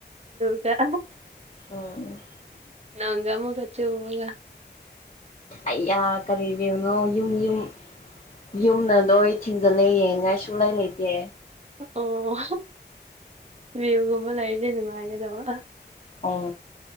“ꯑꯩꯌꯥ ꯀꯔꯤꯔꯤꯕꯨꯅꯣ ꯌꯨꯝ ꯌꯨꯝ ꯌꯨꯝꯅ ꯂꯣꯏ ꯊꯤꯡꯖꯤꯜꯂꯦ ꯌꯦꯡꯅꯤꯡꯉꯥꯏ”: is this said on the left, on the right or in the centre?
Left